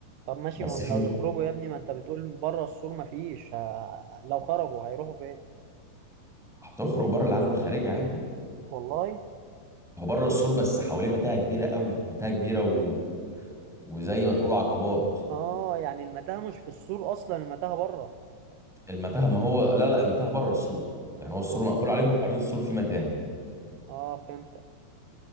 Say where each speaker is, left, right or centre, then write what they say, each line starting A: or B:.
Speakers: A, on the right; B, in the centre.
A: طب ماشي
B: بس
A: ما هم
B: في
A: لو
B: مرة
A: يخرجوا يا ابني ما انت بتقول بره السور ما فيش ه- لو خرجوا هيروحوا فين
B: هتخرج بره العالم الخارجي عادي
A: والله
B: هو بره السور بس حواليه متاهة كبيرة قوي متاهة كبيرة و... وزي ما تقول عقبات
A: اه يعني المتاهة مش في السور اصلا المتاهة بره
B: المتاهه ما هو لا لا المتاهه بره السور يعني
A: اه
B: هو السور مقفول عليهم وحوالين السور في متاهه
A: اه فهمتك